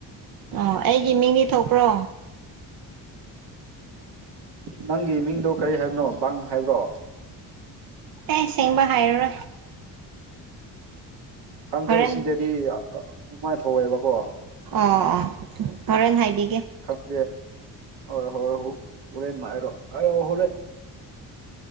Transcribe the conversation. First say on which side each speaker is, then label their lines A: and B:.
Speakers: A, on the right (about 55°); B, on the right (about 80°).
A: ꯑꯣ ꯑꯩꯒꯤ ꯃꯤꯡꯗꯤ ꯊꯣꯛꯄ꯭ꯔꯣ
B: ꯅꯪꯒꯤ ꯃꯤꯡꯗꯣ ꯀꯔꯤ ꯍꯥꯏꯕꯅꯣ ꯕꯪ ꯍꯥꯏꯕ꯭ꯔꯣ
A: ꯑꯦ ꯁꯦꯡꯕ ꯍꯥꯏꯔꯔꯣꯏ
B: ꯈꯪꯗꯦ
A: ꯍꯣꯔꯦꯟ
B: ꯁꯤꯗꯗꯤ ꯑꯥꯑ ꯎꯃꯥꯏ ꯊꯣꯋꯦꯕꯀꯣ
A: ꯑꯣ ꯑꯣꯥ ꯍꯣꯔꯦꯟ ꯍꯥꯏꯕꯤꯒꯦ
B: ꯈꯪꯗꯦ ꯍꯣꯏ ꯍꯣꯏ ꯍꯨ ꯍꯨꯔꯦꯟ ꯍꯥꯏꯔꯣ ꯍꯥꯏꯔꯣ ꯍꯨꯔꯦꯟ